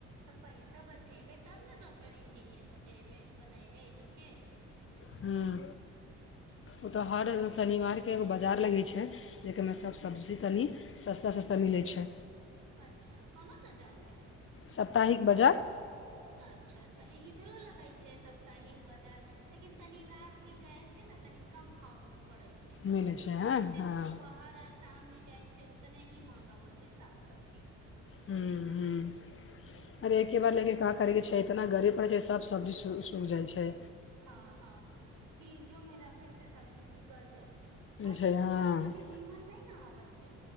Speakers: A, on the right; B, on the left.
A: तऽ पैसा बचेबे तब ने डॉक्टर इंजीनियर बचेबे बनैबई इ लोक के
B: हम्म ओतऽ हर शनिवारके एगो बाजार लगै छै जेकमे सब सब्जी तनी सस्ता सस्ता मिलै छै
A: अच्छा कोना बाजारमे
B: सप्ताहिक बजार
A: अच्छा अच्छा इधरो लगै छै सप्ताही बाजार लेकिन तनी रात के जाय से ने तनि कम भाव मे पड़ै छै
B: मिलै
A: लेकिन
B: छै हँ
A: ऐसे
B: हँ
A: तऽ दुपहर आर शाममे जाइ छै उतने ही महंगा होइ छै साग सब्जी
B: हम्म हम्म अरे ऐके बार लेकिन का करेके छै इतना गारी पड़ै छै सब सब्जी सूखि जाइ छै
A: हँ हँ फ्रिजो में रखे से सब्जी उब्जी गल जाइ आजकल
B: छै
A: के सब्जी
B: हँ
A: भी नीमन नै ने आबै छै